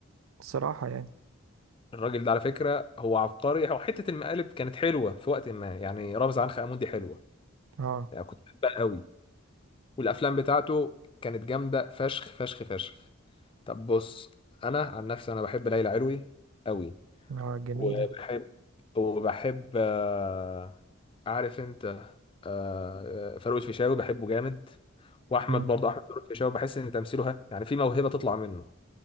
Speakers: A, on the right (about 85°); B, on the left (about 25°).
A: الصراحه يعني
B: الراجل ده على فكره هو عبقري هو حته المقالب كانت حلوه في وقت ما يعني رامز عنخ امون دي حلوه
A: اه
B: يعني كنت بحبها قوي والافلام بتاعته كانت جامده فشخ فشخ فشخ طب بص انا عن نفسي انا بحب ليلى علوي قوي
A: اه جميله
B: وبحب وبحب آه، عارف انت آه، آه، فاروق الفيشاوي بحبه جامد واحمد
A: مم.
B: برضه احمد فاروق الفيشاوي بحس ان تمثيله يعني في موهبه تطلع منه